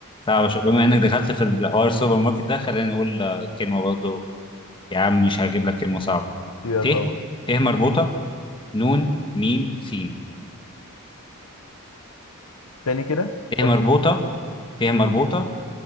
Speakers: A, on the left; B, on the left.
A: صعبه شويه بما انك دخلت في الحوار السوبر ماركت ده خلينا نقول آه، كلمه برضه يا عم مش هجيب لك كلمة صعبة
B: يلا
A: ت
B: قول.
A: ت مربوطة نون ميم سين
B: تاني كده
A: ت
B: قول.
A: مربوطة ت مربوطة